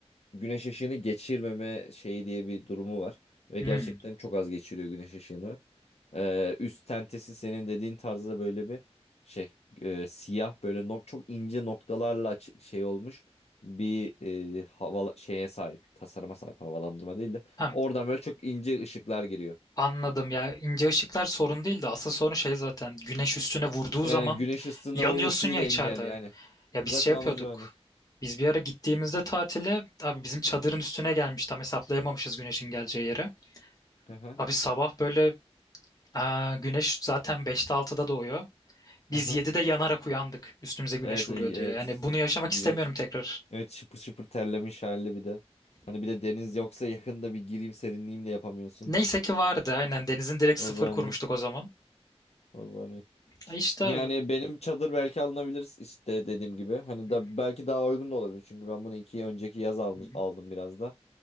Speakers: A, on the left; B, on the left.
A: güneş ışığını geçirmeme şeyi diye bir durumu var. Ve gerçekten
B: Hı.
A: çok az geçiriyor güneş ışığını. E, üst tentesi senin dediğin tarzda böyle bir şey e, siyah böyle nok çok ince noktalarla açık şey olmuş bir e, hava şeye sahip tasarıma sahip havalandırma değil de
B: Hem
A: oradan böyle çok ince ışıklar giriyor.
B: anladım ya ince ışıklar sorun değil de asıl sorun şey zaten güneş üstüne vurduğu
A: Yani
B: zaman
A: güneş ısısında
B: yanıyorsun
A: o ısıyı
B: ya
A: da engelliyor
B: içeride.
A: aynen.
B: Ya
A: Zaten
B: biz şey yapıyorduk.
A: amacı o aynen.
B: Biz bir ara gittiğimizde tatile abi bizim çadırın üstüne gelmiş tam hesaplayamamışız güneşin geleceği yere.
A: Aha,
B: Abi sabah böyle Aa, güneş zaten beşte altıda doğuyor. Biz
A: aha.
B: 7'de yanarak uyandık. Üstümüze güneş
A: Evet
B: vuruyor
A: ay-
B: diye.
A: evet.
B: Yani bunu yaşamak
A: İğrenç.
B: istemiyorum tekrar.
A: Evet şıpır şıpır terlemiş halde bir de. Hani bir de deniz yoksa yakında bir gireyim serinleyeyim de yapamıyorsun.
B: Neyse ki vardı aynen. Denizin direkt
A: O
B: sıfır
A: zaman
B: kurmuştuk
A: iyi.
B: o zaman.
A: O zaman iyi.
B: Ay işte
A: Yani
B: abi.
A: benim çadır belki alınabilir işte dediğim gibi. Hani
B: Hı
A: da belki daha uygun da olabilir. Çünkü ben bunu iki önceki yaz almış,
B: hı. hı.
A: aldım biraz da.